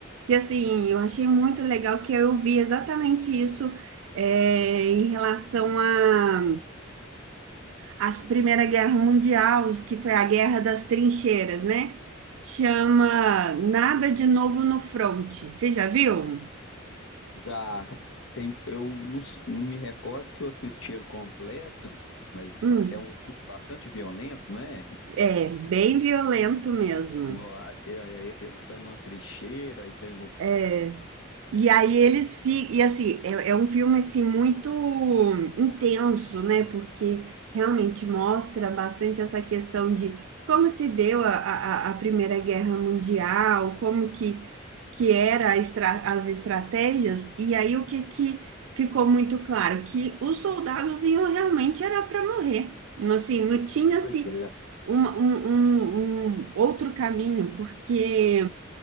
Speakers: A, on the right (about 70°); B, on the left (about 65°).
A: que assim eu achei muito legal que eu vi exatamente isso é, em relação a a Primeira Guerra Mundial, que foi a Guerra das Trincheiras, né? Chama Nada de Novo no Fronte. Você já viu?
B: Já tem, eu não, s- não me recordo se eu assisti ele completo, mas
A: Hum,
B: pare- é um filme bastante violento, não é?
A: é bem violento mesmo.
B: Ó, a- é- é- Eles estão numa trincheira e tem uns.
A: É, E aí eles ficam, e assim, é, é um filme assim muito intenso, né? Porque realmente mostra bastante essa questão de como se deu a, a, a Primeira Guerra Mundial, como que, que era a estra- as estratégias, e aí o que, que ficou muito claro? Que os soldados iam realmente era para morrer. Assim, não tinha-se
B: Pois é,
A: uma- um, um um outro caminho, porque